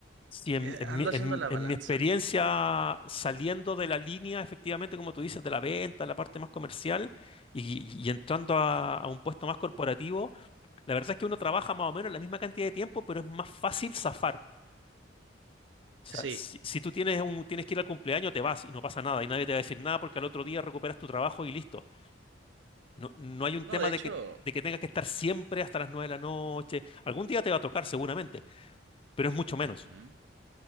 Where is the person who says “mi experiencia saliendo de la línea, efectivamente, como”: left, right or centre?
Left